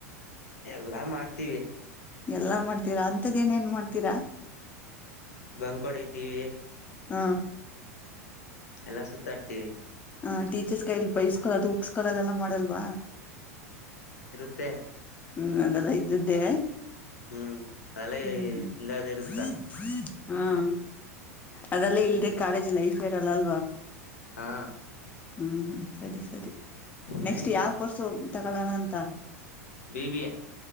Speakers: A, on the left; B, on the left.
A: ಎಲ್ಲಾ ಮಾಡ್ತೀವಿ
B: ಎಲ್ಲಾ ಮಾಡ್ತೀರಾ ಅಂತ್ದ ಏನೇಏನ್ ಮಾಡ್ತೀರಾ
A: ಬಂಕವಾಡತಿವಿ
B: ಹಾ
A: ಎಲ್ಲಾ ಸುತ್ತಾಡ್ತೀವಿ
B: ಹ ಟೀಚರ್ಸ್ ಕೈಡ್ ಬೈಸ್ಕೊಲ್ ಅದು ಹಗಸ್ಕೊಲ್ ಅದೆಲ್ಲಾ ಮಾಡಲ್ವಾ
A: ಪ
B: ಹ್ಮ್ ಅದೆಲ್ಲ ಇದ್ದ್ದೆ
A: ಹ್ಮ್ ಅದೆಲ್ಲ
B: ಹ್ಮ್
A: ಇಲ್ಲದ ಇರುತ್ತ
B: ಹ್ಮ್ ಹ್ಮ ಅದೆಲ್ಲ
A: ಹ್ಮ್
B: ಇಲ್ದೆ ಕಾಲೇಜ್ ಲೈಫ್ ಇರಲ್ಲ ಅಲ್ವಾ
A: ಹಾ
B: ಹ್ಮ್ ಹ್ಮ್ ಸರಿ ಸರಿ
A: ಹಾಗೆ
B: ನೆಕ್ಸ್ಟ್ ಯಾವ ವರ್ಸ ತಗೊಳ್ಳೋಣ ಅಂತ
A: B B A